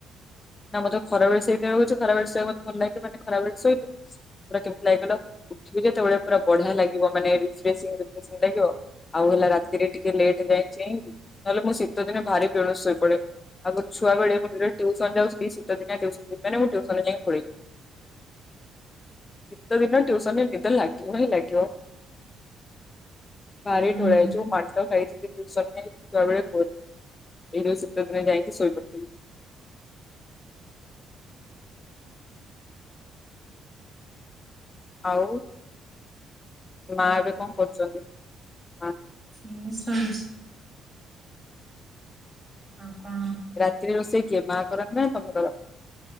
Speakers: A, on the left; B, on the right.
A: ନା ମୋତେ ଖରାବେଳେ <unintelligible> ହଉଚି ଖରାବେଳେ ଶୋଇବା ମତେ ଭଲ ଲାଗେ ମାନେ ଖରାବେଳେ ଶୋଇବୁ ପୁରା କେମିତି ଲାଗିବ କଇଲ ଉଠିବୁ ଯେତବେଳେ ପୁରା ବଢିଆ ଲାଗିବ ମାନେ ରିଫ୍ରେସିଙ୍ଗ ରିଫ୍ରେସିଙ୍ଗ ଲାଗିବ ଆଉ ହେଲା ରାତିରେ ଟିକେ ଲେଟ୍ ଯାଏ ଚେଇଁବି ନହେଲେ ମୁଁ ଶି ଶୀତ ଦିନେ ଭାରି ବେଳୁ ଶୋଇ ପଡେ, ଆଗୁରୁ ଛୁଆବେଳେ ମନ୍ଦିରେ ଟିଉସନ ଯାଉଥିଲି ଶୀତ ଦିନିଆ ଟିଉସନ <inaudible> ମାନେ ମୁଁ ଟିଉସନରେ ଯାଇ ଢୋଳେଇ ଶୀତ ଦିନ ଟ୍ୟୁସନ ରେ ନିଦ ଲାଗିବ ହିଁ ଲାଗିବ। ଭାରି
B: ହୁଁ
A: ଢୋଳାଏ ଯୋଉ ମାଡ ଖାଇଛି ଟିଉସନରେ ଛୁଆ ବେଳେ କୁହନି। ଏଇ ଯୋଉ ଶୀତ ଦିନ ଯାଇକି ଶୋଇ ପଡିଥିଲି ଆଉ ମା ଏବେ କଣ କରୁଛନ୍ତି? ମା
B: ସ୍ଲୋ ସାଉଣ୍ଡ ଆଉ କଣ
A: ରାତିରେ ରୋଷେଇ କିଏ ମା କରନ୍ତି ନା ତମେ କର?